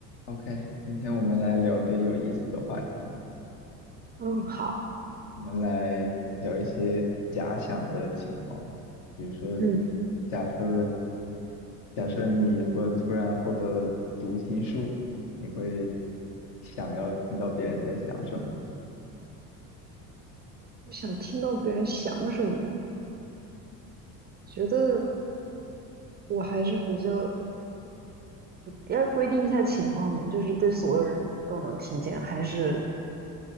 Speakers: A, on the left; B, on the right.
A: OK，今天我们来聊点有意思的话题，
B: 嗯，好，
A: 我们来聊一些假想的情况，比如说，
B: 嗯，
A: 假设假设你如果突然获得了读心术，你会想要听到别人在想什么？
B: 我想听到别人想什么，觉得我还是比较要规定一下情况嘛，就是对所有人都能听见，还是